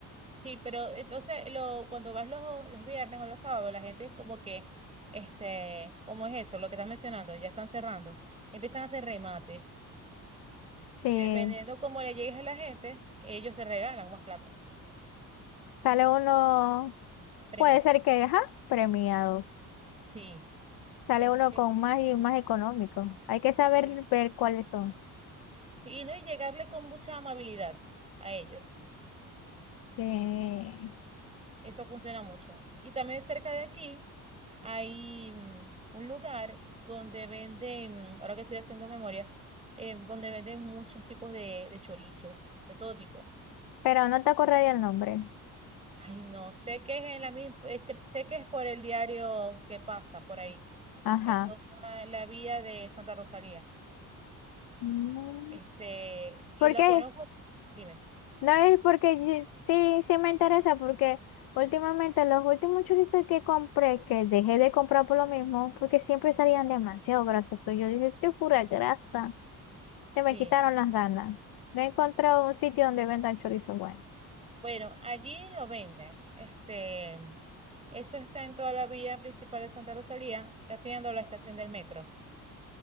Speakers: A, on the right (about 15°); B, on the left (about 80°).
A: sí, pero entonces lo, cuando vas los, los viernes o los sábados, la gente es como que, este, ¿cómo es eso? Lo que estás mencionando, ya están cerrando. Empiezan a hacer remates.
B: Sí,
A: Y dependiendo cómo le llegues a la gente, ellos te regalan más plátano,
B: sale uno,
A: premiado.
B: puede ser que, ajá, premiado.
A: Sí,
B: Sale
A: este,
B: uno con más y más económico. Hay que saber
A: sí,
B: ver cuáles son.
A: sí, y no, y llegarle con mucha amabilidad a ellos
B: Sí.
A: Eso funciona mucho. Y también cerca de aquí hay mm, un lugar donde venden, mm, ahora que estoy haciendo memoria, eh, donde venden muchos tipos de, de chorizos, de todo tipo.
B: Pero no te acordaría el nombre.
A: Ay, no, sé que es en la misma, sé que es por el diario que pasa por ahí,
B: Ajá.
A: en toda la vía de Santa Rosalía.
B: Mm,
A: Este, y
B: ¿Por
A: lo
B: qué?
A: conozco, dime,
B: No es porque ye- sí, sí me interesa, porque últimamente los últimos chorizos que compré, que dejé de comprar por lo mismo, porque siempre salían demasiado grasosos. Yo dije, qué pura grasa. Se
A: sí.
B: me quitaron las ganas. No he encontrado un sitio donde vendan chorizos buenos.
A: Bueno, allí lo venden. Este, eso está en toda la vía principal de Santa Rosalía, casi llegando a la estación del metro,